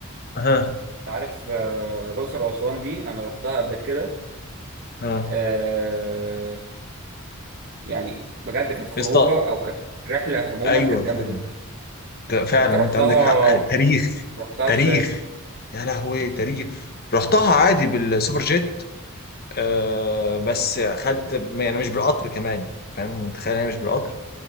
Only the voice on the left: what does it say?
ها
ها
اسطى
ايوه
فعلا
فعلا
انت عندك حق تاريخ
تاريخ
يا لهوي تاريخ رحتها عادي بالسوبر جيت آه بس خدت يعني مش بالقطر كمان فاهم انت تخيل انا مش بالقطر